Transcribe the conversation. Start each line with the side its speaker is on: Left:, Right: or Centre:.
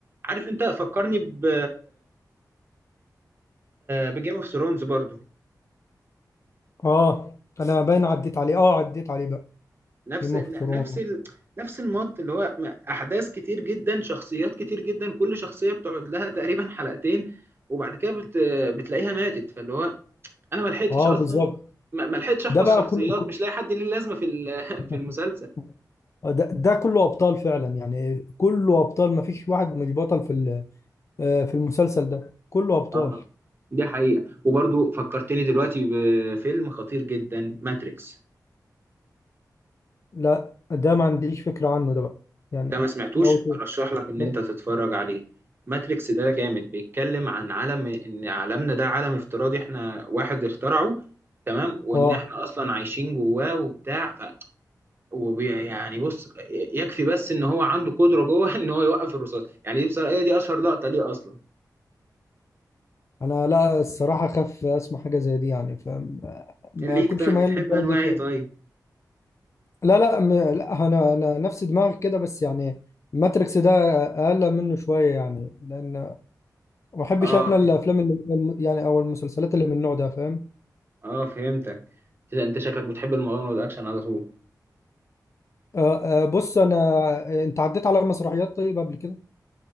Right: عارف انت فكرني ب بجيم اوف ثرونز برضو
Left: اه انا باين عديت عليه اه عديت عليه بقى
Right: نفس
Left: جيم
Right: ن-
Left: اوف ثرون
Right: نفس ال... نفس المط اللي هو م- احداث كتير جدا شخصيات كتير جدا كل شخصيه بتقعد لها تقريبا حلقتين وبعد كده بت... بتلاقيها ماتت فاللي هو انا ما لحقتش
Left: اه
Right: اصلا
Left: بالظبط
Right: ما ما لحقتش احفظ
Left: ده بقى
Right: شخصيات
Left: كله
Right: مش لاقي حد ليه لازمه في ال- <laughs> في
Left: <laughs>
Right: المسلسل
Left: ده, ده كله ابطال فعلا يعني كله ابطال ما فيش واحد مش بطل في ال- آه، في المسلسل ده كله ابطال
Right: اه دي حقيقة وبرضو فكرتني دلوقتي بفيلم خطير جدا ماتريكس
Left: لا ده ما عنديش فكرة عنه ده بقى يعني
Right: ده ما سمعتوش
Left: لو ت-
Right: ارشح لك ان
Left: لو-
Right: انت تتفرج عليه ماتريكس ده جامد بيتكلم عن عالم ان عالمنا ده عالم افتراضي احنا واحد اخترعه تمام وان
Left: اه
Right: احنا اصلا عايشين جواه وبتاع ف... وبي... يعني بص يكفي بس ان هو عنده قدرة جوه <laughs> ان هو يوقف الرصاص يعني دي بصراحة هي دي اشهر لقطة ليه اصلا
Left: انا لا الصراحة خاف اسمع حاجة زي دي يعني فما ما
Right: ليك
Left: كنتش
Right: طيب
Left: مايل
Right: بتحب
Left: للجانب
Right: انواع
Left: ده
Right: ايه
Left: شوية
Right: طيب
Left: لا لا م- لا انا انا نفس دماغك كده بس يعني ماتريكس ده اقل منه شويه يعني لان ما بحبش
Right: اه
Left: انا
Right: فهم.
Left: الافلام اللي يعني او المسلسلات اللي من النوع ده فاهم
Right: اه فهمتك كده انت شكلك بتحب المغامره والاكشن على طول
Left: آه آه بص انا آه، انت عديت على مسرحيات طيب قبل كده